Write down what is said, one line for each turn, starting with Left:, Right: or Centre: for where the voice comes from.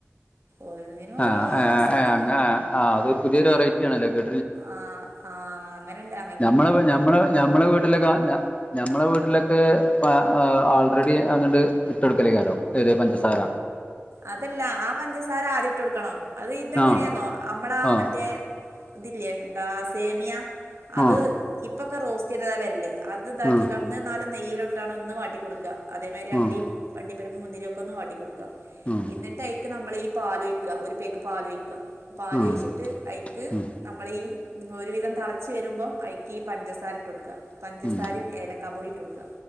Right: ഓരോന്നിനും ഓരോ
Left: ആഹ് ഏഹ്
Right: രസാണ്
Left: ഏഹ് അങ്ങ ആഹ് അതൊര് പുതിയൊരു വെറൈറ്റിണല്ലോ കേ
Right: ആഹ് ആഹ് അങ്ങനല്ലാ
Left: ഞമ്മള് ഞമ്മളെ ഞമ്മളെ വീട്ടിലൊക്ക ഞ ഞമ്മളെ വീട്ടിലൊക്കെ ഏഹ് ആ ആൾറെഡി അങ്ങട്ട് ഇട്ടോട്ക്കലേക്കാരം ഏത് പഞ്ചസാര
Right: അതല്ലാ ആ പഞ്ചസാര ആദ്യ ഇട്ടോട്ക്കണം അത് ഇതെങ്ങനെയാെന്നോ
Left: ആഹ്
Right: നമ്മളാ
Left: ആഹ്
Right: മറ്റേ ഇതില്ലേ എന്താ സേമിയ അത്
Left: ആഹ്
Right: ഇപ്പൊക്കെ റോസ്റ്റ്യ്താ വരല് അത് ഇതാക്കിക്കാണ്ടേന്നേ
Left: ആഹ്
Right: ന്നാലും നെയ്യിലിട്ടാണ്ടോന്ന് വാട്ടിക്കൊട്ക്ക അതേമാതിരി അണ്ടിം
Left: ആഹ്
Right: അണ്ടി പരിപ്പും മുന്തിരി ഒക്കൊന്ന് വാട്ടിക്കൊട്ക്ക
Left: ആഹ്
Right: എന്നിട്ടയ്ക്ക് നമ്മള് ഈ പാലൊഴിക്ക ഒരു പേക്ക് പാലൊഴിക്ക പാലൊഴിച്ച്
Left: ആഹ് ആഹ് ആഹ്
Right: ട്ട് അയിക്ക്
Left: ഉം
Right: നമ്മളീ ഒരു വിധം തളച്ച് വരുമ്പം അയിക്ക് ഈ പഞ്ചസാര ഇട്ടോട്ക്ക പഞ്ചസാരിം
Left: ഉം ഉം
Right: ഏലക്കാ പൊടിയിട്ടോട്ക്ക